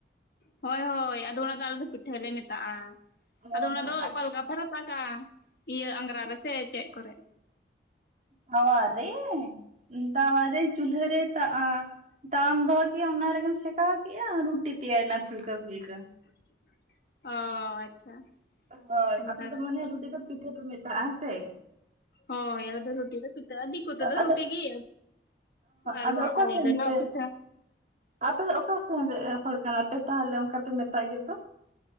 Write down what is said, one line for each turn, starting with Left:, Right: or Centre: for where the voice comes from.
Left: ᱦᱳᱭ ᱦᱳᱭ ᱟᱫᱚ ᱚᱱᱟ ᱫᱚ ᱟᱞᱮ ᱫᱚ ᱯᱤᱴᱷᱟᱹ ᱞᱮ ᱢᱮᱛᱟᱜ-ᱟ᱾
Right: ᱚ
Left: ᱟᱫᱚ ᱚᱱᱟ
Right: ᱦᱚᱸ
Left: ᱫᱚ ᱚᱠᱟᱞᱮ ᱞᱮᱠᱟ ᱯᱷᱟᱨᱟᱵ ᱯᱟᱴᱟ ᱤᱭᱟᱹ ᱟᱝᱜᱽᱨᱟ ᱨᱮᱥᱮ ᱪᱮᱜ ᱠᱚᱨᱮ?
Right: ᱛᱟᱣᱟ ᱨᱮ, ᱛᱟᱣᱟ ᱨᱮ ᱪᱩᱞᱦᱟᱹ ᱨᱮ ᱛᱟᱜᱟ ᱛᱟᱣᱟᱢ ᱫᱚᱦᱚ ᱠᱮᱜ-ᱟ ᱚᱱᱟ ᱨᱮᱜᱮᱢ ᱥᱮᱸᱠᱟᱣ ᱠᱮᱜ-ᱟ ᱨᱩᱴᱤ ᱛᱮᱭᱟᱨᱮᱱᱟ ᱯᱷᱩᱞᱠᱟᱹ ᱯᱷᱩᱞᱠᱟᱹ᱾
Left: ᱚ ᱟᱪᱪᱷᱟ ᱟᱪᱪᱷᱟ᱾
Right: ᱦᱳᱭ
Left: ᱚᱱᱠᱟ
Right: ᱟᱯᱮ ᱫᱚ
Left: ᱜᱮ
Right: ᱢᱟᱢᱮ ᱨᱩᱴᱤ ᱫᱚ ᱯᱤᱴᱷᱟ ᱯᱮ ᱢᱮᱛᱟᱜ-ᱟ ᱥᱮ᱾
Left: ᱦᱳᱭ ᱟᱞᱮ ᱫᱚ ᱨᱩᱴᱤ ᱫᱚ ᱯᱤᱴᱷᱟ᱾ ᱟᱰᱤ ᱠᱚᱛᱮ ᱫᱚ
Right: ᱟᱫᱚ
Left: ᱨᱩᱴᱤ ᱜᱮ᱾ ᱟᱨ
Right: ᱟᱫᱚ
Left: ᱦᱚᱸ
Right: ᱚᱠᱟ
Left: ᱟᱞᱮ
Right: ᱥᱮᱱ
Left: ᱫᱚ ᱱᱟᱜ
Right: ᱯᱮ
Left: ᱯᱤᱴᱷᱟᱹ᱾
Right: ᱟᱯᱮ ᱫᱚ ᱚᱠᱟ ᱥᱮᱱ ᱨᱮᱜ ᱦᱚᱲ ᱠᱟᱱᱟ ᱯᱮ ᱛᱟᱦᱚᱞᱮ ᱚᱱᱠᱟ ᱯᱮ ᱢᱮᱛᱟᱜ ᱜᱮ ᱛᱚ᱾